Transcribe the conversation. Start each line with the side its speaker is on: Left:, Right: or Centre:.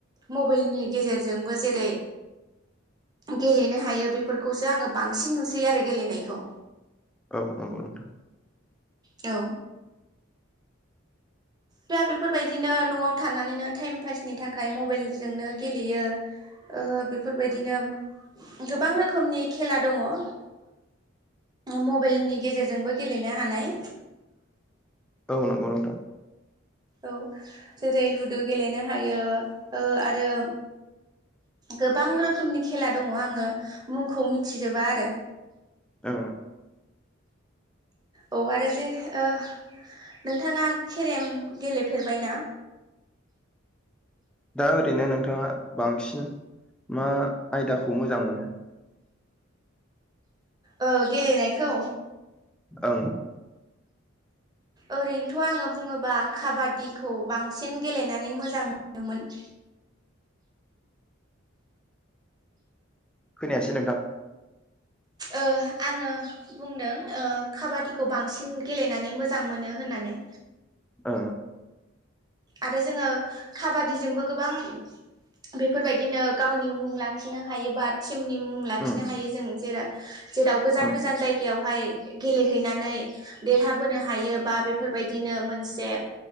Right: मबाइलनि गेजेरजोंबो जेरै- गेलेनो हायो बेफोरखौसो आङो बांसिन नुसैयो आरो गेलेनायखौ।
Centre: औ औ नोंथां
Right: औ दा बेफोरबायदिनो नआव थानानैनो टाइम पासनि थाखाय मबाइलजोंनो गेलेयो। ओ बेफोरबायदिनो गोबां रोखोमनि खेला दङ ओ मबाइलनि गेजेरजोंबो गेलेनो हानाय
Centre: औ नंगौ नोंथां
Right: औ जेरै लुदु गेलेनो हायो ओ आरो गोबां रोखोमनि खेला दङ' आङो मुंखौ मिथिजोबा आरो
Centre: ओ
Right: औ आरो दे ओ नोंथाङा केेरेम गेलेफेरबाय ना?
Centre: दा ओरैनो नोंथाङा बांसिन मा आयदाखौ मोजां मोनो?
Right: औ गेलेनायखौ?
Centre: औ
Right: ओरैनोथ' आङो बुङोबा काबादिखौ बांसिन गेलेनानै मोजां मोनोमोन
Centre: खोनायासै नोंथां?
Right: ओ आङो बुंदों ओ काबादि खौ बांसिन गेलेनानै मोजां मोनो होननानै।
Centre: ओ
Right: आरो जोङो खाबादिजोंबो गोबां बेफोरबायदिनो गावनि मुं लाखिनो हायो बा टिमनि मुं लाखिनो
Centre: ओं
Right: हायो जों जेर जेराव गोजान
Centre: ओम
Right: गोजान जायगायावहाय गेलेहैनानै देरहाबोनो हायो बा बेफोरबायदिनो मोनसे